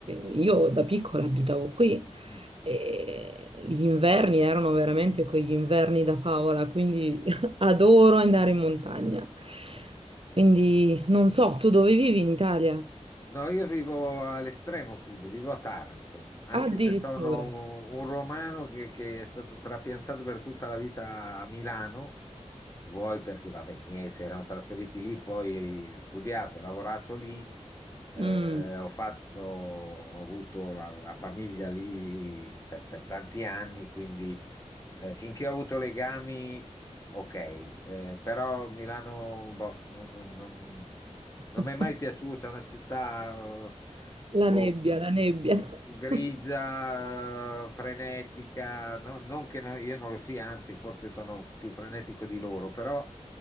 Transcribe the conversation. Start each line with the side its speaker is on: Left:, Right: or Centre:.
Right: io da piccola abitavo qui
Left: Mm.
Right: e gli inverni erano veramente quegli inverni da favola, quindi <laughs> adoro andare in montagna.
Left: Mm.
Right: Quindi non so, tu dove vivi in Italia?
Left: No, io vivo all'estremo sud, vivo a Taranto, anche
Right: Addirittura.
Left: se sono un romano che, che è stato trapiantato per tutta la vita a Milano, vuoi perché, vabbè, i miei si erano trasferiti lì, poi ho studiato, ho lavorato lì, eh,
Right: Mm.
Left: ho fatto, ho avuto la, la famiglia lì per, per tanti anni, quindi eh, finché ho avuto legami, ok, eh, però Milano, boh, non, non- non- non
Right: <laughs>
Left: mi è mai piaciuta, è una città, eh,
Right: La
Left: boh,
Right: nebbia, la nebbia.
Left: grigia,
Right: <laughs>
Left: eh, frenetica, no- non che no- io non lo sia, anzi, forse sono più frenetico di loro, però,